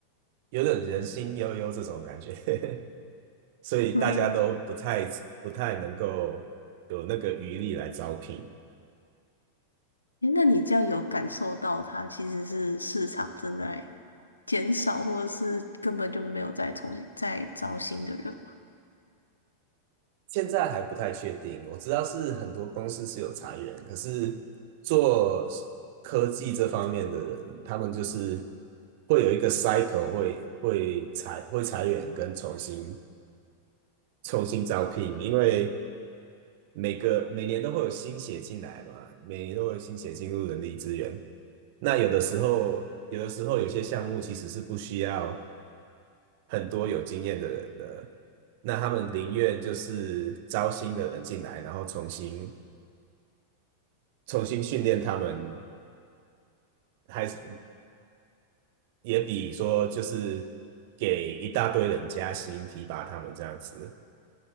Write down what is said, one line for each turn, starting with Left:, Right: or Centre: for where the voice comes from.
Right: 有点人心悠悠这种感觉。<laughs> 所以大家都不太不太能够有那个余力来招聘。
Left: 对，诶，那你这样有感受到它其实是市场正在减少，或者是根本就没有再重新再招新的人？
Right: 现在还不太确定，我知道是很多公司是有裁员，可是做科技这方面的人，他们就是会有一个 cycle，会会裁会裁员跟重新重新招聘，因为每个每年都会有新血进来嘛，每年都会有新血进入人力资源。那有的时候，有的时候有些项目其实是不需要。很多有经验的人的，那他们宁愿就是招新的人进来，然后重新重新训练他们，还是也比说就是给一大堆人加薪提拔他们这样子，